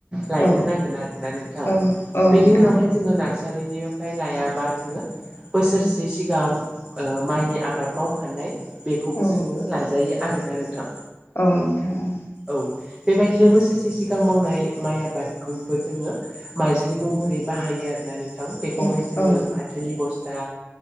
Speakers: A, on the right (about 20°); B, on the left (about 60°).
A: लायग्रोनांगोन
B: औ
A: आरोना नोंथां
B: औ औ
A: बेनि
B: नोंथां
A: उनावहाय जोङो नार्सारिनिफ्राय लायाबा जोङो बोसोरसे सिगां ओ माइनि आबाद मावखानाय बेखौबो
B: औ
A: जोङो लाजायो आरोना नोंथां
B: औ नोंथां औ
A: औ बेबायदिनो बोसोरसे सिगां मावनाय माइ आबादखौबो जोङो माइज्लि महरै बाहायो आरोना नों थां बेखौहाय
B: औ
A: जोङो
B: औ
A: फाथोनि बस्था